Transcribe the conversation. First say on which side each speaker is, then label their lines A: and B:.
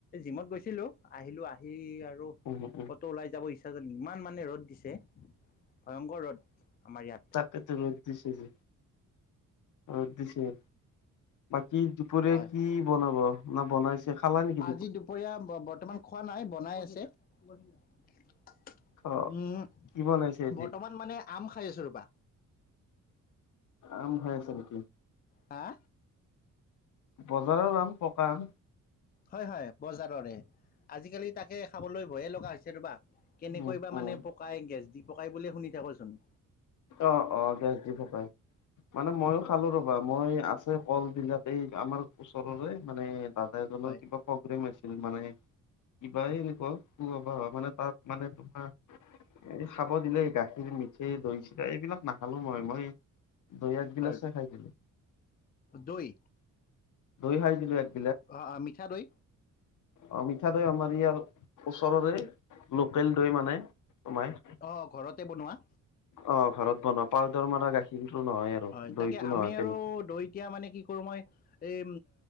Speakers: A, on the left; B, on the left.
A: জিমত গৈছিলো! আহিলো আহি আৰু
B: উম উম
A: কতো ওলাই যাব ইচ্ছা নাযায়, ইমান মানে ৰ'দ দিছে ভয়ংকৰ ৰ'দ আমাৰ ইয়াত।
B: ইয়াকো ৰ'দ দিছে, ৰ'দ দিছে। বাকী দুপৰীয়া
A: হয়,
B: কি বনাব না বনাইছে খালা নেকি
A: আজি দুপৰীয়া ব, বৰ্তমান খোৱা নাই, বনাই আছে! উম্,
B: অ কি বনাইছে আজি?
A: বৰ্তমান মানে আম খাই আছোঁ ৰবা!
B: আম খাই আছা নেকি?
A: হা,
B: বজাৰৰ আম পকা আম।
A: হয় হয় বজাৰৰে, আজিকালি তাকে খাবলৈ ভয়ে লগা হৈছে ৰবা! কেনেকৈ
B: উম
A: বা
B: উম
A: মানে পকাই, গেছ দি পকাই বুলিয়ে শুনি থাকোঁ চোন!
B: অ', অ', গেছ দি পকাই! মানে, ময়ইো খালো ৰবা! মই আছে কল বিলাক এই আমাৰ ওচৰৰে মানে, দাদা এজনৰ
A: হয়
B: কিবা প্ৰবলেম হৈছিল মানে, কিবাই এনেকুৱা হয় মানে তাত! মানে তোমাৰ এই খাব দিলে! গাখীৰ মিঠেই দৈ-চি এ এইবিলাক নাখালো মই, মই- দৈ এক গিলাচে
A: হয়
B: খাই দিলোঁ।
A: দৈ
B: দৈ খাই দিলো এক-
A: অ', মিঠা দৈ।
B: অ', মিঠা দৈ। আমাৰ ইয়াৰ ওচৰৰে লোকেল দৈ মানে, তোমাই
A: অ', ঘৰতে বনোৱা!
B: অ', ঘৰত বনোৱা, পাউদাৰ মৰা গাখীৰটো নহয় আৰু
A: হয় তাকে
B: দৈটো
A: আমি
B: নহয়
A: আৰু
B: তেনেকে,
A: দৈ এতিয়া মানে কি কৰো মই, এই